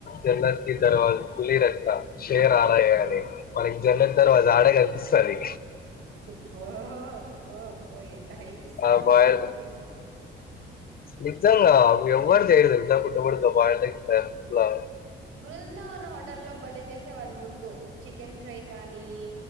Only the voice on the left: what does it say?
జన్నత్కి దర్వాజ ఖలీ రనా శేర్ ఆరాహే అని మనకి <unintelligible> తర్వాత ఆడే కనిపిస్తది
ఆ బాయ్
నిజంగా ఎవ్వరు చెయ్యరు తెలుసా పుట్టగొడుగుతో బోల్డ్ ఎగ్ <unintelligible>